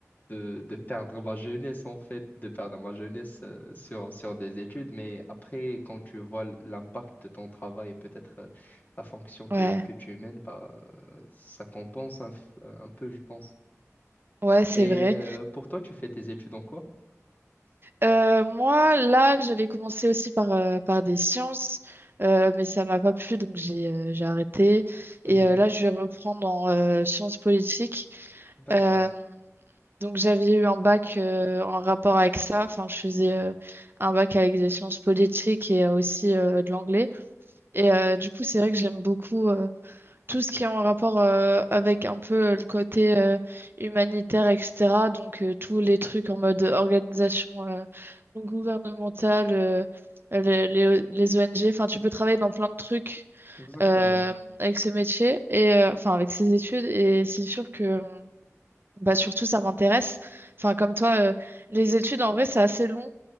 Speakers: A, on the left; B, on the right.
A: de, de perdre ma jeunesse, en fait, de perdre ma jeunesse euh, sur, sur des études. Mais après, quand tu vois l- l'impact de ton travail et peut-être euh, la fonction que,
B: ouais,
A: que tu mènes, bah, euh, ça compense un, f- euh, un peu, je pense.
B: ouais, c'est
A: Et
B: vrai.
A: euh, pour toi, tu fais tes études en quoi?
B: Euh, moi, là, j'avais commencé aussi par euh, par des sciences, euh, mais ça m'a pas plu, donc j'ai euh, j'ai arrêté.
A: Mhm.
B: Et euh, là, je vais reprendre en euh, sciences politiques.
A: D'accord,
B: Euh, Donc j'avais eu un bac euh, en rapport avec ça. Enfin, je faisais euh, un bac avec des sciences politiques et euh, aussi euh, de l'anglais. Et euh, du coup, c'est vrai que j'aime beaucoup euh, tout ce qui est en rapport euh, avec un peu euh, le côté euh, humanitaire, etc. Donc euh, tous les trucs en mode organisation euh, gouvernementale, euh, les, les, les ONG. Enfin, tu peux travailler dans plein de trucs
A: exactement.
B: euh, avec ce métier et euh, enfin avec ces études. Et c'est sûr que euh, bah surtout, ça m'intéresse. Enfin, comme toi, euh, les études, en vrai, c'est assez long.